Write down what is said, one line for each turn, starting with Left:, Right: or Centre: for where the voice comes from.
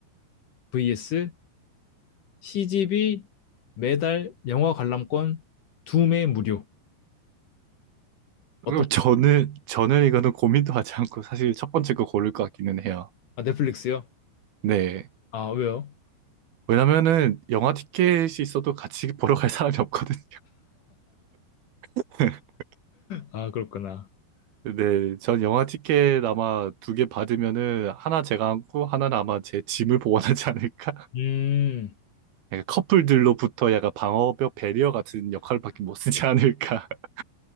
Left: vs CGV 매달 영화 관람권 두 매 무료.
Right: 그럼
Left: 어떤,
Right: 저는, 저는 이거는 고민도 하지 않고 사실 첫 번째 거 고를 것 같기는 해요.
Left: 아, 넷플릭스요?
Right: 네.
Left: 아, 왜요?
Right: 왜냐면은 영화 티켓이 있어도 같이 <laughs> 보러 갈 사람이 없거든요. <laughs>
Left: 아, 그렇구나.
Right: 네. 전 영화 티켓 아마 두 개 받으면은 하나 제가 안고 하나는 아마 제 짐을 보관하지 않을까?
Left: 음,
Right: <laughs> 약간 커플들로부터 약간 방어벽 배리어 같은 역할밖에 못 쓰지 않을까? <laughs>